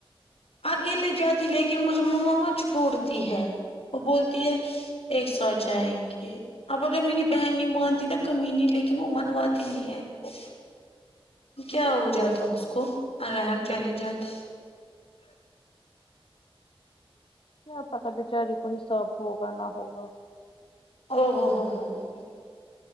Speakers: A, on the left (about 80°); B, on the left (about 65°).
A: اکیلے جاتی لیکن مجھے ماما مت چھوڑتی ہے وہ بولتی ہے ایک ساتھ جائیں گے اب اگر میری بہن مانتی نا کمینی لیکن وہ منواتی نہیں ہے ان کو کیا ہو جاتا اس کو اگر ہم چلے جاتے
B: کیا پتا بچاری کو حساب ہوگا نہ ہوگا
A: ا ہو ہو ہو ہو